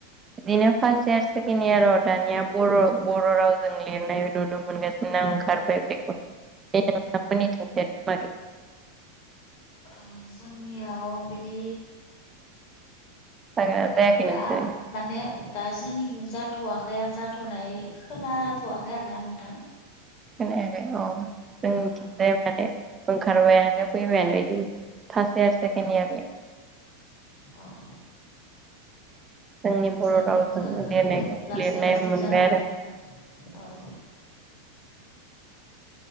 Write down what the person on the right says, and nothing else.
इदिनो फास इयार सेकेण्ड इयाराव दानिया बर' बर' रावजों लिरनाय नुनो मोनगासिनो। ना ओंखारबाय बेखौ बे नोंथांमोननिथिं जाय मादि
जागोना
जायाखै नोंसोरो
खोनायाखै औ जों
थिंजाय माने
ओंखारबायानो फैबायानो इदिनो फास इयार सेकण्ड
इयारनि
जोंनि बर'
रावजों
लिरनायखौ
लिरनाय
मोनबाय
आरो